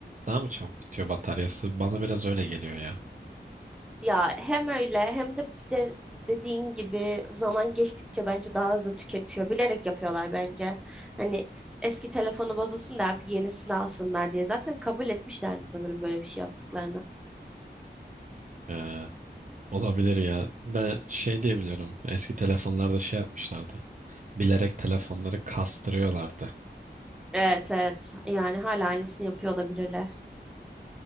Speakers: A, on the right (about 45°); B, in the centre.
A: daha mı çabuk bitiyor bataryası? Bana biraz öyle geliyor ya.
B: Ya hem öyle hem de bir de dediğin gibi zaman geçtikçe bence daha hızlı tüketiyor. Bilerek yapıyorlar bence. Hani eski telefonu bozulsun da artık yenisini alsınlar diye. Zaten kabul etmişlerdi sanırım böyle bir şey yaptıklarını.
A: Ee, olabilir ya. Ben şey diyebiliyorum. Eski telefonlarda şey yapmışlardı. Bilerek telefonları kastırıyorlardı.
B: Evet evet yani hala aynısını yapıyor olabilirler.